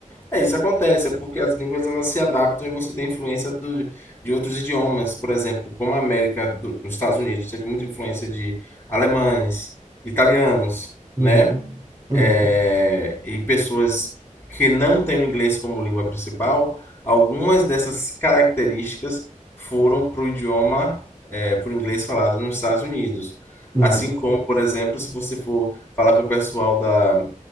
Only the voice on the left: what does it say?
É, isso acontece, é porque as línguas elas se adaptam e você tem influência do, de outros idiomas. Por exemplo, como a América, do, nos Estados Unidos, teve muita influência de alemães, italianos,
né?
é, e pessoas que não têm o inglês como língua principal, algumas dessas características foram para o idioma, é, para o inglês falado nos Estados Unidos.
Assim como, por exemplo, se você for falar com o pessoal da,